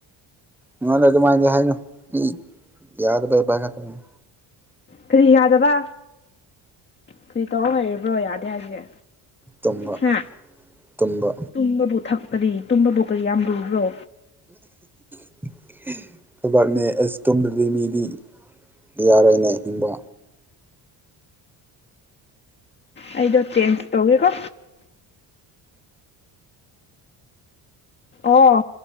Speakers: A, in the centre; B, on the left (about 25°).
A: ꯉꯣꯟꯗ ꯑꯗꯨꯃꯥꯏꯅꯗꯤ ꯍꯥꯏꯅꯨ ꯃꯤ ꯌꯥꯗꯕꯩ ꯄꯥꯏꯈꯠꯇꯕꯅꯤ
B: ꯀꯔꯤ ꯌꯥꯗꯕ ꯀꯔꯤ ꯇꯧꯔ ꯂꯩꯔꯤꯕ꯭ꯔꯣ ꯌꯥꯗꯦ ꯍꯥꯏꯁꯦ
A: ꯇꯨꯝꯕ
B: ꯍꯥ
A: ꯇꯨꯝꯕ
B: ꯇꯨꯝꯕꯕꯨ ꯊꯛꯄꯗꯤ ꯇꯨꯝꯕꯕꯨ ꯀꯔꯤ ꯌꯥꯝ ꯂꯨꯕ꯭ꯔꯣ
A: <inaudible> ꯊꯕꯛꯅꯦ ꯑꯁ ꯇꯨꯝꯗꯗꯤ ꯃꯤꯗꯤ ꯌꯥꯔꯣꯏꯅꯦ ꯍꯤꯡꯕ
B: ꯑꯩꯗꯣ ꯆꯦꯟꯖ ꯇꯧꯒꯦꯀꯣ ꯑꯣ